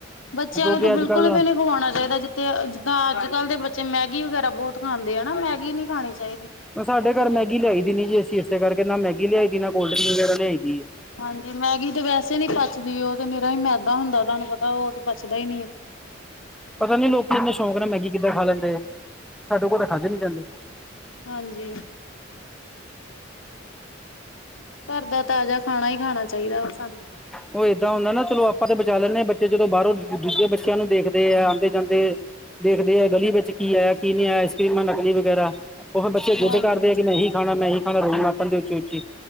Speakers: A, on the left (about 80°); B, in the centre.
A: ਬੱਚਿਆਂ
B: ਕਿਉਂਕਿ
A: ਨੂੰ ਤਾਂ
B: ਅੱਜ
A: ਬਿਲਕੁਲ
B: ਕੱਲ੍ਹ
A: ਵੀ ਨੀ ਖਵਾਉਣਾ ਚਾਹੀਦਾ ਜਿੱਥੇ ਜਿੱਦਾਂ ਅੱਜ ਕੱਲ੍ਹ ਦੇ ਬੱਚੇ ਮੈਗੀ ਵਗੈਰਾ ਬਹੁਤ ਖਾਂਦੇ ਆ ਨਾ ਮੈਗੀ ਨੀ ਖਾਣੀ ਚਾਹੀਦੀ।
B: ਸਾਡੇ ਘਰ ਮੈਗੀ ਲਿਆਈ ਦੀ ਨੀ ਜੀ ਅਸੀਂ ਇਸੇ ਕਰਕੇ ਨਾ ਮੈਗੀ ਲਿਆਈ ਦੀ ਨਾ ਕੋਲਡਰਿੰਕ ਵਗੈਰਾ ਲਿਆਈ ਦੀ ਐ।
A: ਹਾਂਜੀ, ਮੈਗੀ ਤੇ ਵੈਸੇ ਨੀ ਪਚਦੀ ਉਹ ਤੇ ਨੀਰਾ ਹੀ ਮੈਦਾ ਹੁੰਦਾ ਤੁਹਾਨੂੰ ਪਤਾ ਉਹ ਤੇ ਪਚਦਾ ਹੀ ਨੀ ਆ।
B: ਪਤਾ ਨੀ ਲੋਕ ਇੰਨੇ ਸ਼ੌਂਕ ਨੇ ਮੈਗੀ ਕਿੱਦਾਂ ਖਾ ਲੈਂਦੇ ਆ ਸਾਡੇ ਕੋਲ ਤਾਂ ਖਾਧੀ ਨੀ ਜਾਂਦੀ।
A: ਹਾਂਜੀ, ਘਰ ਦਾ ਤਾਜ਼ਾ ਖਾਣਾ ਹੀ ਖਾਣਾ ਚਾਹੀਦਾ ਵਾ ਸਾਨੂੰ।
B: ਉਹ ਏਦਾਂ ਹੁੰਦਾ ਨਾ ਚਲੋ ਆਪਾਂ ਤੇ ਬਚਾ ਲੈਂਦੇ ਹਾਂ ਬੱਚੇ ਜਦੋਂ ਬਾਹਰੋਂ ਦੂਜੇ ਬੱਚਿਆਂ ਨੂੰ ਦੇਖਦੇ ਆ ਆਂਦੇ ਜਾਂਦੇ। ਦੇਖਦੇ ਆ ਗਲੀ ਵਿੱਚ ਕੀ ਆਇਆ ਕੀ ਨਹੀਂ ਆਇਆ ਐਸ ਕਰੀਮਾਂ ਨਕਲੀ ਵਗੈਰਾ ਉਹ ਫਿਰ ਬੱਚੇ ਜਿੱਦ
A: ਹੁਣ
B: ਕਰਦੇ
A: ਤਾਂ ਬੱਚਿਆਂ
B: ਆ ਕਿ ਮੈਂ
A: ਦੇ
B: ਹੀ ਖਾਣਾ ਇਹੀ ਖਾਣਾ ਰੋਣ ਲੱਗ ਪੈਂਦੇ ਉੱਚੀ ਉੱਚੀ।